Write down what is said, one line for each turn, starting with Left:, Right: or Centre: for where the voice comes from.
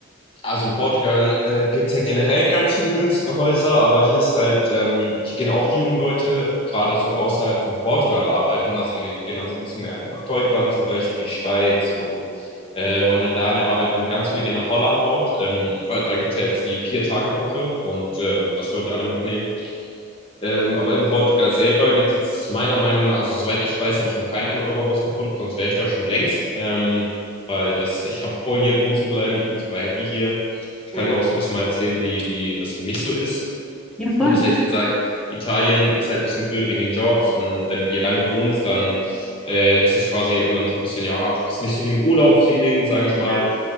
Left: Also in Portugal äh, gibt es halt generell ganz viele günstige Häuser, aber hier ist halt, ähm, hier gehen auch die jungen Leute gerade so außerhalb von Portugal arbeiten. Also die gehen dann so ein bisschen mehr nach Deutschland zum Beispiel, Schweiz, so äh,
Centre: Ja,
Left: wollen halt da mehr arbeiten. Ganz viele gehen nach Holland auch, ähm, weil da gibt es ja jetzt die Vier-Tage-Woche und ähm, das wollen die alle mitnehmen. Ähm, aber in Portugal selber gibt es jetzt meiner Meinung nach, also soweit ich weiß, habe ich noch kein ein euro haus gefunden, sonst wäre ich da schon längst. Ähm, weil das, ich habe vor, hier wohnen zu bleiben. Ich bin super happy hier. Ich kann
Centre: ja,
Left: dir auch so ein bisschen mal erzählen, wie, wie das für mich so ist
Centre: Ja, voll.
Left: du hast ja jetzt gesagt, Italien ist halt ein bisschen blöde wegen den Jobs und wenn du hier lange wohnst, dann äh, ist das quasi irgendwann so ein bisschen, ja, ist nicht so wie im Urlaub-Feeling, sage ich mal.
Centre: ja,